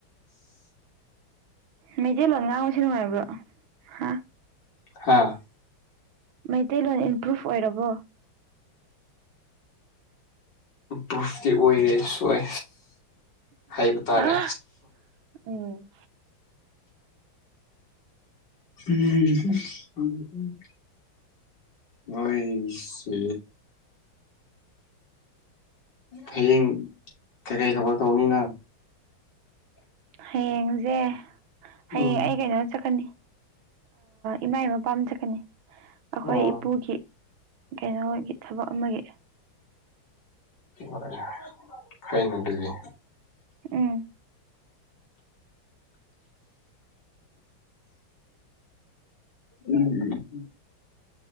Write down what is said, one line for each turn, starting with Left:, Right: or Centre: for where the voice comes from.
Right: ꯃꯩꯇꯩꯂꯣꯟ ꯉꯥꯡꯕꯁꯦ ꯅꯨꯡꯉꯥꯏꯕ꯭ꯔꯣ ꯍꯥ
Left: ꯍꯥꯥ
Right: ꯃꯩꯇꯩꯂꯣꯟ ꯏꯝꯄ꯭ꯔꯨꯚ ꯑꯣꯏꯔꯕꯣ
Left: ꯏꯝꯄ꯭ꯔꯨꯐꯇꯤ ꯑꯣꯏꯔꯦ ꯁꯣꯏ ꯍꯥꯏꯕ ꯇꯥꯔꯦ
Right: ꯑ ꯎꯝ
Left: ꯎꯝ ꯍ ꯎꯝ ꯎꯝ ꯍꯣꯏꯁꯦ ꯍꯌꯦꯡ ꯀꯩꯀꯩ ꯊꯕꯛ ꯇꯧꯅꯤ ꯅꯪ
Right: ꯍꯌꯦꯡꯁꯦ
Left: ꯎꯝ
Right: ꯍꯌꯦꯡ ꯑꯩ ꯀꯩꯅꯣꯗ ꯆꯠꯀꯅꯤ ꯏꯃꯥ ꯏꯃ ꯄꯥꯝꯖꯀꯅꯤ ꯑꯩꯈꯣꯏ
Left: ꯑꯣ
Right: ꯏꯄꯨꯒꯤ ꯀꯩꯅꯣꯒꯤ ꯊꯕꯛ ꯑꯃꯒꯤ
Left: ꯍ ꯈꯩꯅ ꯑꯗꯨꯗꯤ
Right: ꯎꯝ
Left: ꯎꯝ